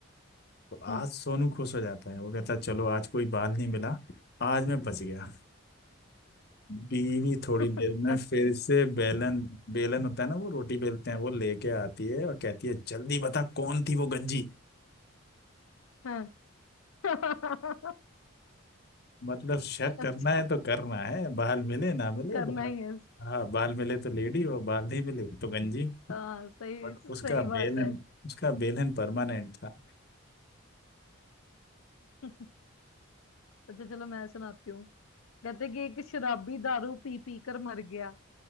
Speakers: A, on the left (about 50°); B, on the left (about 85°).
A: तो आज
B: हम्म
A: सोनू खुश हो जाता है वो कहता है चलो आज कोई बाल नहीं मिला आज मैं बच गया बीवी थोड़ी
B: <laughs>
A: देर में
B: अच्छा
A: फिर से बेलन बेलन होता है ना वो रोटी बेलते हैं वो लेके आती है और कहती है जल्दी बता कौन थी वो गंजी
B: हाँ <laughs>
A: मतलब शक
B: अच्छा
A: करना है तो करना है बाल मिले ना मिले
B: करना
A: बाल
B: ही है
A: हाँ बाल मिले तो लेडी और बाल नहीं मिले तो गंजी
B: हाँ सही
A: बट
B: सही
A: उसका बेल
B: बात है
A: एंड उसका बेल एंड परमानेंट था
B: <laughs> अच्छा चलो मैं सुनाती हूँ कहते कि एक शराबी दारू पी पी कर मर गया